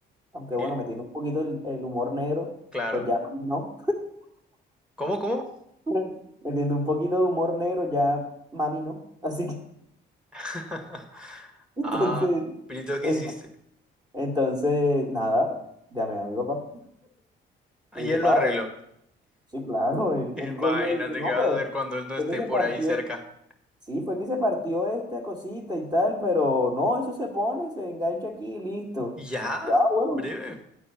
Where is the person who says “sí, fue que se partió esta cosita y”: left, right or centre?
Right